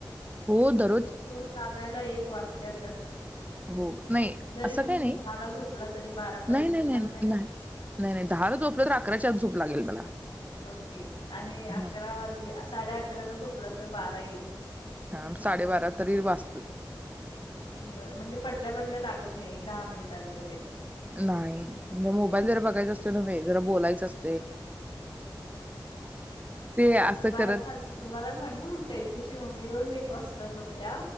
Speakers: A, on the right; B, on the left.
A: हो द....
B: झोप लागायला एक वाजत्यातच
A: हो नाही
B: जरी
A: असं
B: तुम्हीच
A: काही नाही
B: दहा ला झोपला तरी बारा
A: नाही
B: पर्यंत
A: नाही
B: झोप
A: नाही
B: लागत्या
A: नाही
B: काय?
A: नाही नाही नाही दहाला झोपलं तर अकराच्या आत झोप लागेल मला.
B: ओके आणि अकरा
A: हं.
B: वाजले साडेअकरा ला झोपलात तर बारा एक
A: हा साडे बारा तरी वास
B: बर म्हणजे पडल्या पडल्या लागत नाही. दहा मिनटांनी वगैरे
A: नाही म्ह मोबाईल जरा बघायचं असतंय नव्हे जरा बोलायच अस ते असं
B: तुम्हाला
A: करत
B: खास तुम्हाला सांगू चैतूची मम्मी रोज एक वाजता झोपत्या